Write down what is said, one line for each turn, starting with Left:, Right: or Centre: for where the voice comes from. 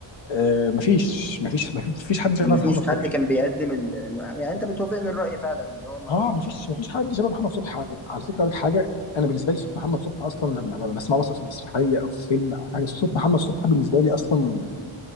Left: آه ما فيش ما فيش ما فيش ما فيش حد شبه
Centre: مفيش
Left: محمد
Centre: حد
Left: صبحي
Centre: كان بيقدم ال... يعني انت بتوافقني الراي فعلا اللي هو ما...
Left: اه ما فيش ما فيش حد شبه محمد صبحي على, على فكره لك حاجه انا بالنسبه لي صوت محمد صبحي اصلا لما لما بسمعه مثلا في مسرحيه او في فيلم او حاجه صوت محمد صبحي بالنسبه لي اصلا